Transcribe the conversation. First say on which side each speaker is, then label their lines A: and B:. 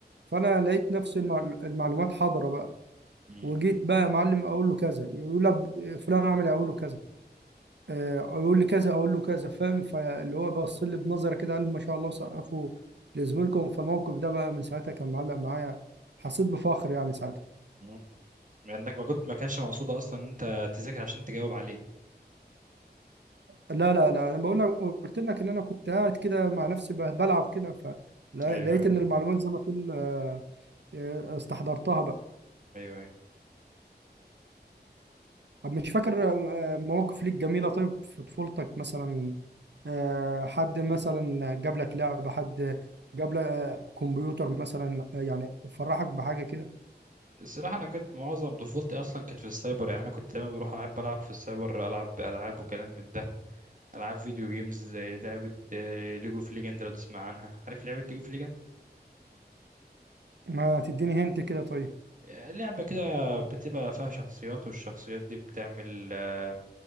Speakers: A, on the right (about 85°); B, on the right (about 50°).
A: فأنا لقيت نفس المعلو- المعلومات حاضرة بقى
B: مم.
A: وجيت بقى يا معلم أقول له كذا يقول لي فلان عمل إيه؟ أقول له كذا آه، يقول لي كذا اقول له كذا فاهم فاللي هو بص لي بنظره كده قال ما شاء الله سقفوا لزميلكم فالموقف ده بقى من ساعتها كان معلق معايا حسيت بفخر يعني ساعتها
B: مم. لانك ما كنت ما كانش مقصود اصلا ان انت تذاكر عشان تجاوب عليه
A: لا لا لا انا بقول لك قلت لك ان انا كنت قاعد كده مع نفسي ب- بلعب كده فلقيت
B: ايوه ايوه
A: ان المعلومات زي ما تقول آه، آه، استحضرتها بقى
B: ايوه ايوه
A: طب مش فاكر آه، مواقف ليك جميله طيب في طفولتك مثلا آه، حد مثلا جاب لك لعبه حد جاب لك كمبيوتر مثلا آه، يعني فرحك بحاجه كده
B: الصراحه انا كنت معظم طفولتي اصلا كانت في السايبر يعني انا كنت دايما بروح احب العب في السايبر العب العاب وكلام من ده العاب فيديو جيمز زي لعبه ليجو اوف ليجند لو تسمع عنها عارف لعبه ليجو اوف ليجند
A: ما تديني هنت كده طيب
B: لعبه كده بتبقى فيها شخصيات والشخصيات دي بتعمل آه،